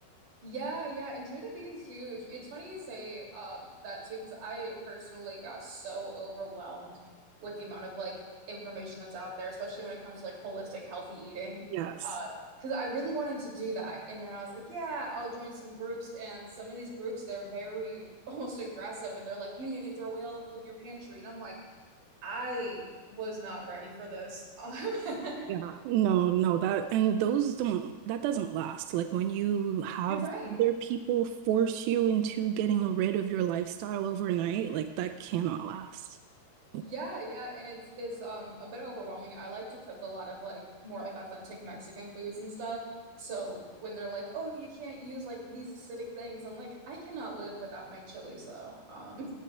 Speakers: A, on the right; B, on the right.
A: Yeah, yeah, intuitive eating's huge. It's funny you say um that too, because I personally got so overwhelmed with the amount of like information that's out there, especially when it comes to like holistic healthy eating.
B: Yes.
A: Uh, because I really wanted to do that. And then I was like, yeah, I'll join some groups. And some of these groups, they're very <laughs> almost aggressive and they're like, you need to throw away all the food in your pantry. And I'm like, I was not ready for this. <laughs> Um, <laughs>
B: Yeah. No, no, that and those don't that doesn't last. Like when you have
A: you're right.
B: other people force you into getting rid of your lifestyle overnight, like that cannot last. And
A: Yeah, yeah, and it's it's um a bit overwhelming. I like to cook a lot of like more like authentic Mexican foods and stuff. So when they're like, "Oh, you can't use like these acidic things," I'm like, "I cannot live without my chilies though." Um